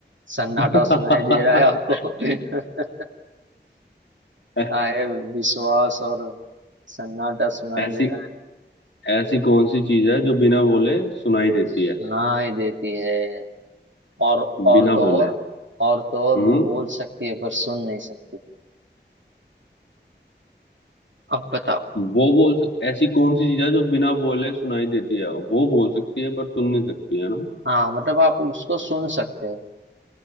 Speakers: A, on the right; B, on the left.
A: सन्नाटा
B: <laughs>
A: सुनाई दे रहा है आपको <laughs>
B: ऐ-
A: क्या है विश्वास और सन्नाटा सुनाई
B: ऐसी
A: दे रहा है
B: ऐसी कौन सी चीज है जो बिना बोले सुनाई देती
A: सुनाई
B: है
A: देती है और और
B: बिना
A: तो
B: बोले
A: और और तो और
B: हम्म
A: वो बोल सकती है पर सुन नहीं सकती अब बताओ
B: वो बोल सक ऐसी कौन सी चीज है जो बिना बोले सुनाई देती है वो बोल सकती है पर सुन नहीं सकती है ना
A: हाँ मतलब आप उसको सुन सकते हो